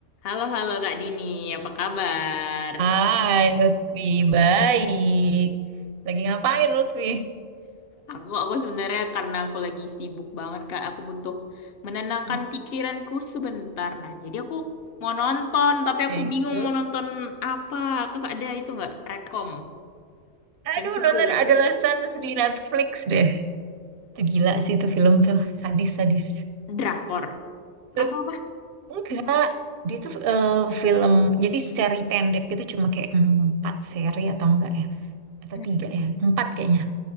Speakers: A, on the left; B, on the right.
A: Halo, halo Kak Dini, apa kabar?
B: Hai Lutfi, baik. Lagi ngapain Lutfi?
A: Aku, aku sebenarnya karena aku lagi sibuk banget Kak, aku butuh menenangkan
B: Hmm,
A: pikiranku sebentar. Nah, jadi aku mau nonton, tapi
B: Ya
A: aku
B: itu.
A: bingung mau nonton apa. Kakak ada itu nggak? Rekom
B: Aduh,
A: yang seru
B: nonton
A: ya?
B: Adolescence di Netflix deh. Itu gila sih itu film tuh, sadis-sadis.
A: Drakor
B: Lebih-
A: atau apa?
B: Enggak, dia tuh eh, film, jadi seri pendek gitu cuma kayak mm, empat seri atau enggak ya? Atau
A: Hmm,
B: tiga ya? Empat kayaknya.